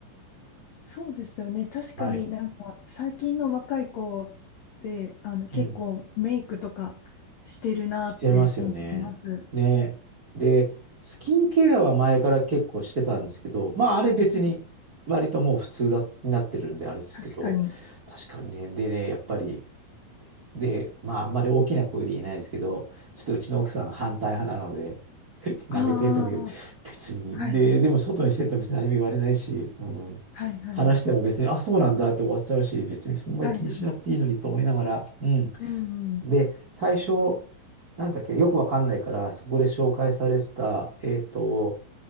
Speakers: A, on the left; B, on the right.
A: そうですよね。確かになんか最近の若い子ってあの結構メイクとかしてるなって思います。
B: はい。うん。してますよね。ね。で、スキンケアは前から結構してたんですけど、まあ、あれ別に、
A: はい
B: 割ともう普通だ、になってるんで、あれですけど、
A: 確かに。
B: 確かにね、でね、やっぱり、で、まあ、あんまり大きな声で言えないですけど、ちょっとうちの奥さん反対派なので、<laughs> やめてって言うんだけど、
A: ああ、
B: 別に、
A: はいはい。
B: で、でも外にしてっても別に何も言われないし、うん、
A: はいはい。
B: 話しても別に、あ、そうなんだって終わっちゃうし、別にそんな気にしなくていいのにと思いながら、
A: はいはい。
B: うん。
A: うんうん。
B: で、最初、なんだっけ、よくわかんないから、そこで紹介されてた、えっと、